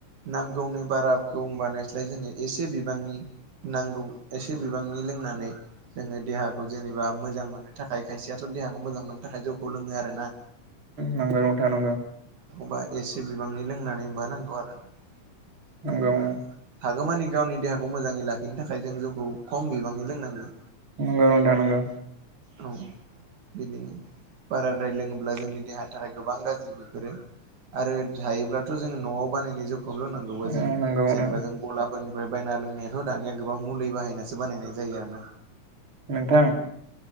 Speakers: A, on the right; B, on the right.
A: नांगौनि बाराखौ बानायस्लाय जोङो एसे बिबांनि नांगौ एसे बिबांनि लोंनानै जोङो देहाखौ जेनेबा मोजां मोननो थाखाय खायसेयाथ' देहाखौ मोजां मोननो थाखाय जौखौ लोङो आरोना।
B: नंगौ नोंथां नंगौ।
A: बा एसे बिबांनि लोंनानै मा नांगौ आरोना।
B: नंगौ
A: जेनेबा
B: उम
A: हागौमानि गावनि देहाखौ मोजाङै लाखिनो था खाय जों जौखौ खम बिबांनि लोंनांगौ
B: उम नंगौ नोंथां नंगौ
A: औ बिदिनो बाराद्राय लोङोब्ला जोंनि देहानि थाखाय गोबां गाज्रि। बेफोरो आरो जायोब्लाथ' जों न'आव बानायनाय जौखौ खौ लोंनांगौबा
B: उम
A: जों
B: नंगौ
A: जेनेबा
B: उम
A: जों गलाफोरनिफ्राय बायना लों नाथाय दानिया गोबां मुलि बाहायनासो बानायनाय जायो आरो ना
B: नोंथां